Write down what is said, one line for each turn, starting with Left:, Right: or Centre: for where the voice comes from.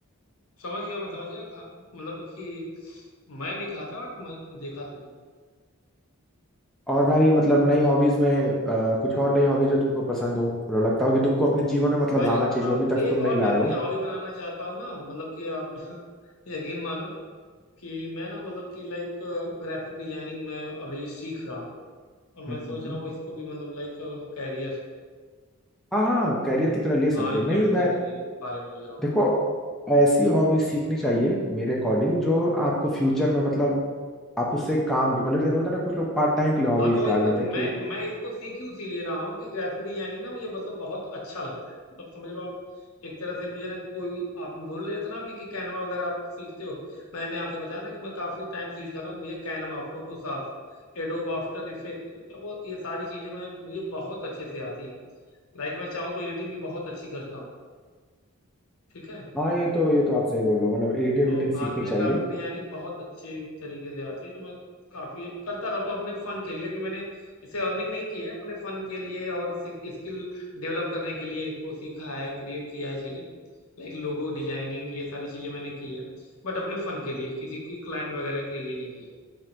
Left: समझ गया मैं समझ गया खा मतलब कि मैं नहीं खाता बट मैं देखा तो हूँ
Centre: और भाई मतलब नई हॉबीज में आ, कुछ और नई हॉबीज जो तुमको पसंद हो मतलब लगता हो कि तुमको अपने जीवन में मतलब
Left: भाई
Centre: लाना चाहिए
Left: अ,
Centre: जो अभी तक
Left: एक
Centre: तुम
Left: और
Centre: नहीं लाए
Left: मैं अपनी
Centre: हो
Left: हॉबी बनाना चाहता हूँ ना मतलब कि आप <laughs> यकीन मानो कि मैं ना मतलब कि लाइक ग्राफिक डिजाइनिंग में अभी सीख रहा हूँ और मैं
Centre: हम्म।
Left: सोच रहा हूँ इसको भी मतलब लाइक कैरियर
Centre: हाँ हाँ कैरियर की तरह ले सकते
Left: हाँ इम्प्लीमेंट
Centre: हो नहीं मैं
Left: करने के बारे में सोच रहा हूँ
Centre: देखो
Left: मैं
Centre: ऐसी हॉबीज सीखनी चाहिए मेरे अकॉर्डिंग जो आपको फ्यूचर में मतलब आप उससे काम भी मतलब जैसे होता है ना कुछ लोग पार्ट टाइम के लिए हॉबीज
Left: हाँ तो वही
Centre: डाल
Left: ब-
Centre: लेते
Left: मैं
Centre: हैं कि
Left: मैं इसको सीख ही उसी लिए रहा हूँ कि ग्राफिक डिजाइनिंग ना मुझे मतलब बहुत अच्छा लगता है मतलब समझ लो आप एक तरह से मुझे ना कोई आप बोल रहे थे ना अभी कि कैनवा वगैरह आप सीखते हो मैंने आपसे बताया ना कि मैं काफ़ी टाइम से यूज कर रहा हूँ मुझे Canva Photoshop Adobe After Effect मतलब वो- ये सारी चीज़ें मैं मुझे बहुत अच्छे से आती हैं लाइक मैं चाहूँ तो एडिटिंग भी बहुत अच्छी करता हूँ ठीक है
Centre: हाँ ये तो ये तो आप सही बोल रहे हो मतलब एडिटिंग
Left: तो
Centre: एडिटिंग
Left: हाँ
Centre: सीखनी
Left: तो मुझे
Centre: चाहिए
Left: ग्राफिक डिजाइनिंग बहुत अच्छे तरीके से आती है तो मैं काफ़ी करता रहता हूँ अपने फन के लिए अभी मैंने इसे अर्निंग नहीं की है अपने फन के लिए और स्किल डेवलप करने के लिए इसको सीखा है क्रिएट किया है चीज़ें लाइक लोगो डिजाइनिंग ये सारी चीज़ें मैंने की है बट अपने फन के लिए किसी की क्लाइंट वगैरह के लिए नहीं किया